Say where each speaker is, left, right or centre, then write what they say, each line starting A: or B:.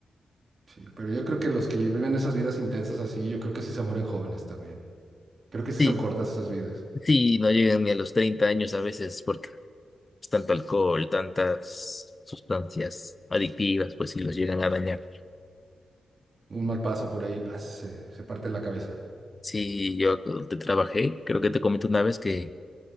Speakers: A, on the right; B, on the left.
A: Sí, pero yo creo que los que viven esas vidas intensas así, yo creo que sí se mueren jóvenes también. Creo que sí
B: Sí.
A: son cortas esas vidas.
B: Sí, no llegan ni a los 30 años a veces porque Es tanto alcohol, tantas sustancias adictivas, pues si los llegan a dañar.
A: Un mal paso por ahí, pas, se, se parte la cabeza.
B: Sí, yo te trabajé, creo que te comenté una vez que